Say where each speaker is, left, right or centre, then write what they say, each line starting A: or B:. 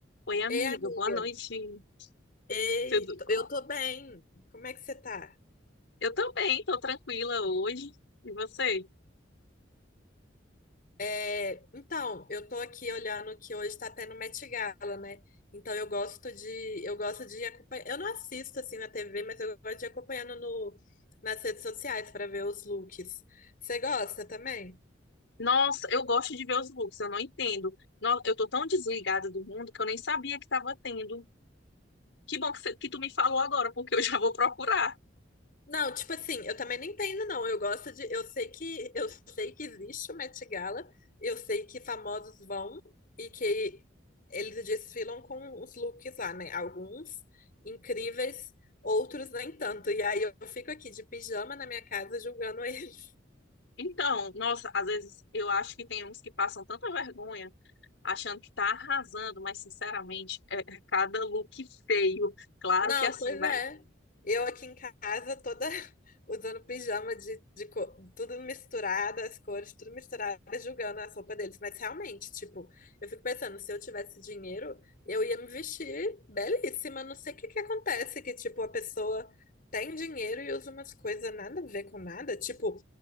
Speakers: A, on the left; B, on the left.
A: Oi, amiga,
B: Ei, amiga.
A: boa noite.
B: Ei,
A: Tudo
B: t-
A: bom?
B: eu tô bem. Como é que você tá?
A: Eu também, tô tranquila hoje. E você?
B: É, então, eu tô aqui olhando que hoje tá tendo Met Gala, né? Então eu gosto de eu gosto de acompanhar. Eu não assisto assim na TV, mas eu gosto de ir acompanhando no nas redes sociais para ver os looks. Você gosta também?
A: Nossa, eu gosto de ver os looks, eu não entendo. No- Eu tô tão desligada do mundo que eu nem sabia que tava tendo. Que bom que, você- que tu me falou agora, porque eu <laughs> já vou procurar.
B: Não, tipo assim, eu também não entendo, não. Eu gosto de. Eu sei que eu sei que existe o Met Gala, eu sei que famosos vão e que eles desfilam com os looks lá, né? Alguns incríveis, outros nem tanto. E aí eu fico aqui de pijama na minha casa julgando <laughs> eles.
A: Então, nossa, às vezes eu acho que tem uns que passam tanta vergonha achando que tá arrasando, mas sinceramente, é é cada look feio. Claro
B: Não,
A: que é assim,
B: pois
A: vai
B: é. Eu aqui em casa toda <laughs> usando pijama de, de co- tudo misturado, as cores tudo misturado, julgando a roupas deles. Mas realmente, tipo, eu fico pensando, se eu tivesse dinheiro, eu ia me vestir belíssima. Não sei o que que acontece, que tipo, a pessoa tem dinheiro e usa umas coisas nada a ver com nada. Tipo,